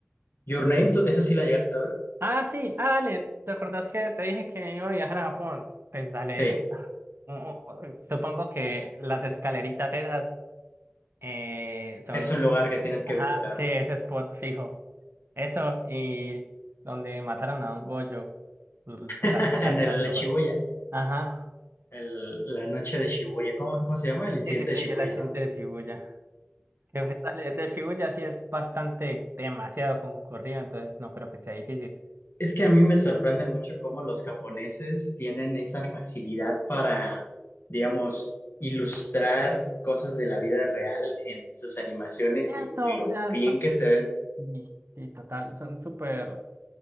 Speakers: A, on the left; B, on the right.
A: Your Name, ¿tú- ¿esa sí la llegaste a ver?
B: Ah, sí, ah, dale, ¿te acordás que te dije que iba a viajar a Japón? Pues dale,
A: Sí,
B: <laughs> ah, u- u- u- supongo que las escaleritas esas eh, son,
A: es un lugar que tienes
B: ajá,
A: que visitar,
B: sí,
A: ¿no?
B: ese spot fijo. Eso, y donde mataron a un Gojo, l- tocar,
A: <laughs>
B: tocar
A: En
B: esas
A: el
B: dos.
A: Shibuya,
B: Ajá,
A: el- la noche de Shibuya. ¿Cómo, cómo se llama? El incidente
B: sí, sí, sí,
A: de Shibuya,
B: el accidente
A: ¿no?
B: de Shibuya. Que pues dale, el de Shibuya sí es bastante, demasiado concurrido, entonces no creo que sea difícil.
A: Es que a mí me sorprende mucho cómo los japoneses tienen esa facilidad para, digamos, ilustrar cosas de la vida real en sus animaciones
B: Cierto,
A: y, y lo
B: o sea,
A: bien
B: son...
A: que se ven.
B: Y, y total, son súper...